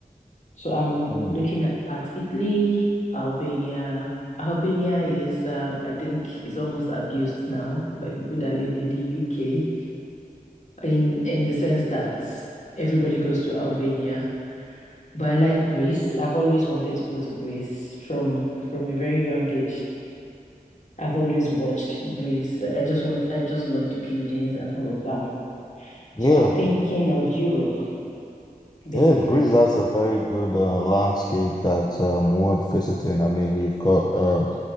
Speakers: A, on the left; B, on the left.
A: So I'm
B: Mm.
A: looking at, at Italy, Albania. Albania is, um, I think, is almost abused now by people that live in the UK, in in the sense that everybody goes to Albania. But I like Greece. I've always wanted to go to Greece from from a very young age. I've always watched Greece. I just want, I just love the buildings and all of that.
B: Yeah,
A: So I'm thinking of Europe, basically.
B: Yeah, Greece has a very good uh, landscape that's um, worth visiting. I mean, you've got um,